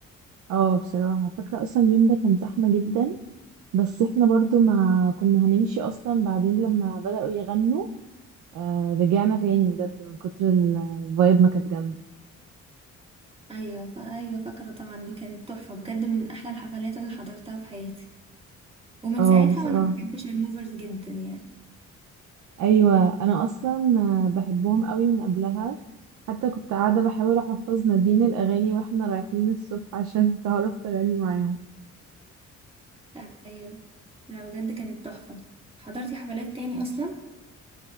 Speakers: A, on the right; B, on the right.
A: اه بصراحة فاكرة اصلا اليوم ده كان زحمة جدا بس احنا برضو ما كنا هنمشي اصلا بعدين لما بدأوا يغنوا آه رجعنا تاني بجد من كتر الفايب ما كانت جامدة
B: ايوه فا ايوه فاكرة طبعا دي كانت تحفة بجد من احلى الحفلات اللي حضرتها في حياتي ومن
A: اه
B: ساعتها
A: بصراحة
B: وانا بحب شيرموفرز جدا يعني
A: ايوه انا اصلا آه، بحبهم قوي من قبلها حتى كنت قاعدة بحاول احفظ نادين الاغاني واحنا رايحين الصبح عشان <laughs> تعرف تغني معاهم
B: <laughs> ايوه لا بجد كانت تحفة حضرتي حفلات تاني اصلا